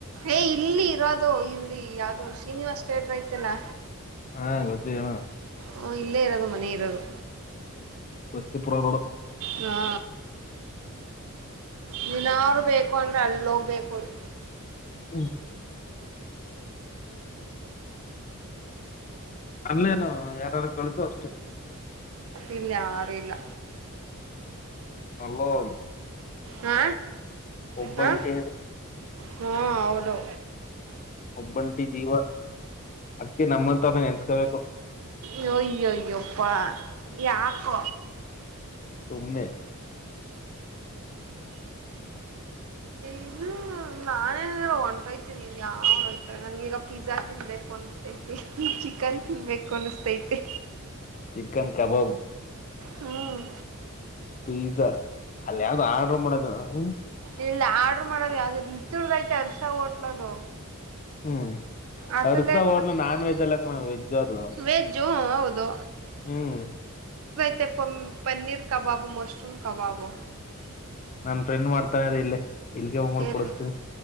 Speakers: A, on the right; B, on the left.
A: ಏ ಇಲ್ಲಿ ಇರೋದು ಇಲ್ಲಿ ಯಾವ್ದೋ ಶ್ರೀನಿವಾಸ್ ತೆಟ್ರ ಐತಲ್ಲ.
B: ಹಾ ಗೊತ್ತು ಹೇಳು.
A: ಹ ಇಲ್ಲೇ ಇರೋದು ಮನೆ ಇರೋದು.
B: ಬಸ್ತಿಪುರ ರೋಡು.
A: ಹಾ. ನೀನಾರು ಬೇಕು ಅಂದ್ರ್ ಅಲ್ಲೋಗ್ ಬೇಕೋಡ್.
B: ಹ್ಮ್ ಅಲ್ಲೇನು ಯಾರಾರು ಕಳ್ಸು ಅಷ್ಟೇ.
A: ಇಲ್ ಯಾರು ಇಲ್ಲ.
B: ಅಲ್ಲೋನ್.
A: ಹಾ
B: ಒಬ್ಬಂಟಿ
A: ಹ. ಹಾ ಹೌದು.
B: ಒಬ್ಬಂಟಿ ಜೀವ ಅದ್ಕೆ ನಮ್ಮಂತ್ವರ್ನ ನೆನ್ಸ್ಕೊಬೇಕ್. ಹೊ
A: ನ್ಯ್ಯಯ್ಯೊಪ್ಪ. ಯಾಕೋ.
B: ಸುಮ್ನೆ.
A: ಇಲ್ಲ ನಾನೇನಾರ ಹೊಂಟೈತೆ ನೀವ್ ಯಾವ್ ಹೋಯ್ತಾರೆ ನನ್ಗಿಗ ಪಿಜ್ಜಾ ತಿನ್ಬೇಕು ಅನುಸ್ತೈತಿ ಚಿಕನ್ ತಿನ್ಬೇಕು ಅಂತ ಅನುಸ್ತೈತೆ.
B: ಚಿಕನ್ ಕಬಾಬ್.
A: ಹ್ಮ್.
B: ಪೀಝ. ಅಲ್ ಯಾವ್ದು ಆರ್ಡ್ರ ಮಾಡೋದು ಹ್ಮ.
A: ಇಲ್ ಆರ್ಡ್ರ ಮಾಡೋದು ಯಾವ್ದ ಇದ್ರುದ್ ಐತೆ ಹರ್ಷ ಹೋಟ್ಲದು.
B: ಹ್ಮ್
A: ಅದ್ರಲ್ಲೇನು
B: ಅರ್ಸಾ ಹೋಟ್ಲು
A: ಗೊತ್ತ
B: ನಾನ್ವೆಜ್ಜ್ ಎಲ್ಲ ಕಣ ವೆಜ್ಜ್ ಅದು
A: ವೆಜ್ಜು ಹೌದು
B: ಹ್ಮ್.
A: ತೆ ಪಮ್ ಪನ್ನೀರ್ ಕಬಾಬು ಮಶ್ರುಮ್ ಕಬಾಬು.
B: ನನ್ ಫ್ರೆಂಡ್ ಮಾಡ್ತಾನೆ ಅದೆ ಇಲ್ಲೇ ಇಲ್ಗೆ ಬಂಬುಡ್
A: ಎಲ್ಲಿ
B: ಕುಡುಸ್ತೀನಿ.